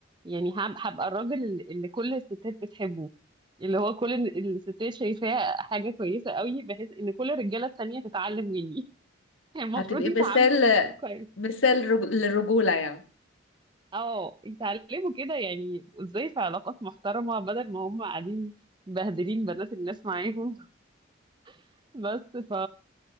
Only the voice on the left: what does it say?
هتبقي
مثال
مثال رج... للرجولة يعني